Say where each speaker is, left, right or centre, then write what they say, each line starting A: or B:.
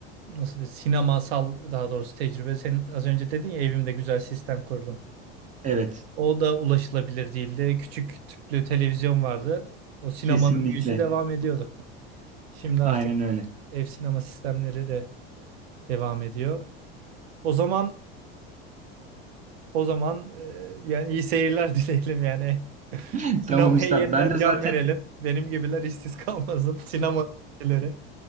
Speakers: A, on the right; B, on the right.
A: nasıl de sinemasal daha doğrusu tecrübe. Sen az önce dedin ya evimde güzel sistem kurdum.
B: Evet,
A: O da ulaşılabilir değildi. Küçük tüplü televizyon vardı. O sinemanın
B: kesinlikle.
A: büyüsü devam ediyordu. Şimdi artık
B: Aynen öyle.
A: ev sinema sistemleri de devam ediyor. O zaman o zaman e, yani iyi seyirler <laughs> dileyelim yani.
B: <laughs>
A: Sinemaya
B: Tamam üstad.
A: yeniden
B: Ben de
A: can
B: zaten
A: verelim. Benim gibiler işsiz kalmasın. Sinema dileri.